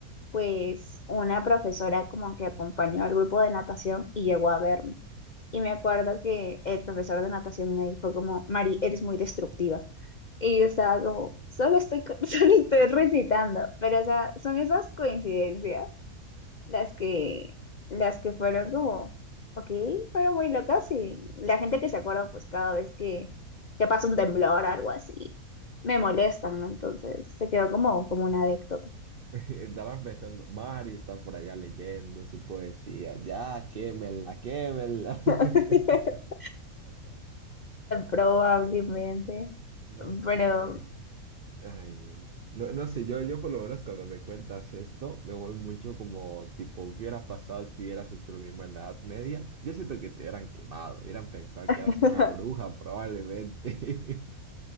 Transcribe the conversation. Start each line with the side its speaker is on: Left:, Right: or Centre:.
Left: pues una profesora como que acompañó al grupo de natación y llegó a verme. Y me acuerdo que el profesor de natación me dijo como, Mari, eres muy destructiva. Y yo estaba como, solo estoy, co- <laughs> solo estoy recitando. Pero, o sea, son esas coincidencias las que, las que fueron como, ok, fueron muy locas y la gente que se acuerda, pues cada vez que, que pasa un temblor o algo así, me molestan, ¿no? Entonces se quedó como, como una anécdota.
Right: Estarán pensando, Mario está por allá leyendo su poesía. Ya, quémela, quémela. <laughs>
Left: <laughs> Probablemente,
Right: No sé.
Left: pero...
Right: Ay, no, no sé, yo, yo por lo menos cuando me cuentas esto, me voy mucho como tipo, ¿qué hubieras pasado si hubieras hecho lo mismo en la Edad Media? Yo siento que te hubieran quemado, hubieran pensado
Left: <laughs>
Right: que eras una bruja probablemente. <laughs>